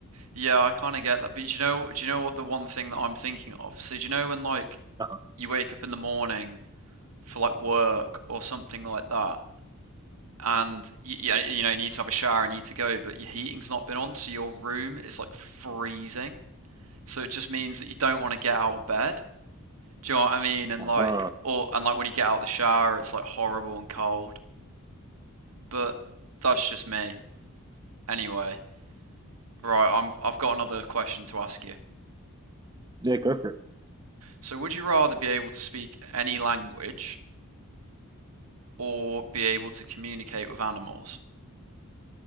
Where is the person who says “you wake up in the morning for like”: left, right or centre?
Right